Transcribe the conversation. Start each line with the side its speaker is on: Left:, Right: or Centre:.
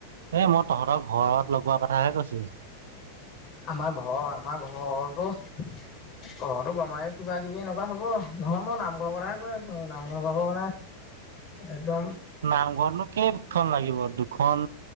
Right: এ' মই তহঁতৰ ঘৰত লগোৱা কথাহে কৈছো।
Left: আমাৰ ঘৰ আমাৰ ঘৰতো ঘৰতো গমাই কিবা কিবি এনেকুৱা হব নহয় মই নামঘৰৰ কথাহে কৈ আছো নামঘৰ ভাগৰ মানে একদম
Right: নামঘৰতনো কেইখন লাগিব দুখন